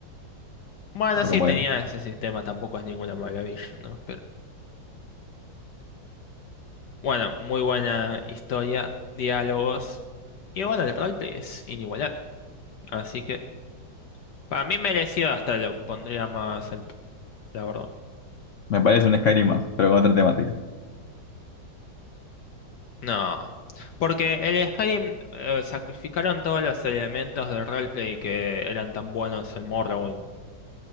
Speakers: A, on the left (about 65°); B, on the left (about 80°).
A: Bueno,
B: o
A: sí
B: como
A: tenía
B: era.
A: ese sistema, tampoco es ninguna maravilla, ¿no? Pero bueno, muy buena historia, diálogos. Y bueno, el roleplay es inigualable. Así que para mí merecido hasta lo pondría más alto, la verdad.
B: Me parece un Skyrim más, pero con otra temática.
A: No. Porque el Skyrim eh, sacrificaron todos los elementos del roleplay que eran tan buenos en Morrowind.